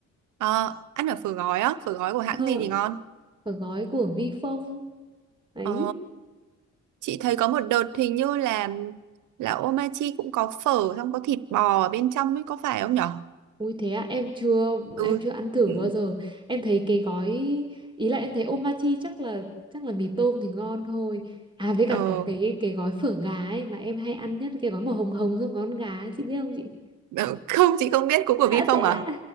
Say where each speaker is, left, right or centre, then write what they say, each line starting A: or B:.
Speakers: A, on the right; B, on the right.
A: Ờ, ăn ở phở gói á, phở gói của hãng
B: Ờ,
A: gì thì ngon?
B: phở gói của Vifong. Đấy.
A: Ờ. Chị thấy có một đợt hình như là là Omachi cũng có phở xong có thịt bò ở bên trong ấy có phải không nhở?
B: Ui thế à, em chưa
A: Ừ.
B: em chưa ăn thử
A: Ừ.
B: bao giờ. Em thấy cái gói ý là em thấy omachi chắc là chắc là mì tôm thì ngon thôi. À với cả
A: Ờ.
B: có cái cái gói phở gà ấy mà em hay ăn nhất cái gói màu hồng hồng xong ngón gà ấy, chị biết không chị?
A: Ờ, Không chị không biết cũng của
B: À
A: Vifong
B: thế
A: à?
B: à.